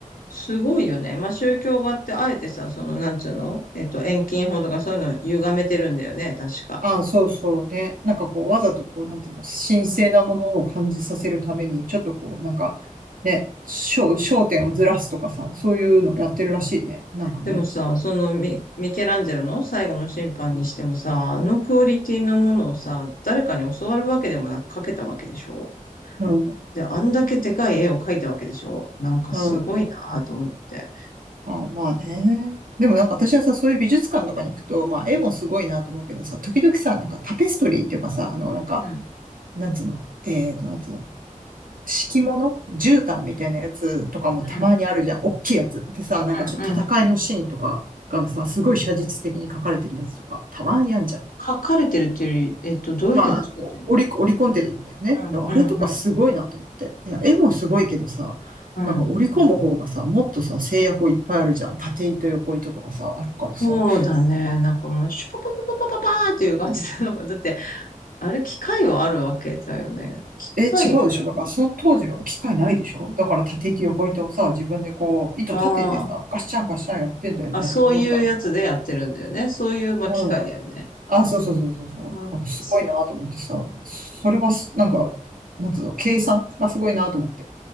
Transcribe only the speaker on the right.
ああ、そうそうね。なんかこう、わざとこう、なんていうの、神聖なものを感じさせるために、ちょっとこう、なんか、ね、焦、焦点をずらすとかさ、そういうのやってるらしいね。なんかね。
うん、
うん。あ、まあね。でもなんか私はさ、そういう美術館とかに行くと、まあ絵もすごいなと思うけどさ、時々さ、なんかタペストリーっていうかさ、あの、なんか、
なんつうの、えーと、なんつうの、敷物絨毯みたいなやつとかもたまにあるじゃん。
おっきいやつ。でさ、なんかちょっと戦いのシーンとかがさ、
すごい写実的に描かれてるやつとか、たまにあんじゃん。
まあ、織り、織り込んでるんだよね。
あれとかすごいなと思って。いや、絵もすごいけどさ、
なんか織り込む方がさ、もっとさ、制約いっぱいあるじゃん。縦糸、横糸とかさ、あるからさ。
え、違うでしょだから、その当時は機械ないでしょだから、縦糸横糸をさ、自分でこう、糸立ててさ、
ガッシャンガッシャンやってんだよね、
と思ったら。
うん。
あ、そうそうそうそうそう。
だからすごいなと思ってさ、それはす、なんか、なんつうの、計算がすごいなと思って。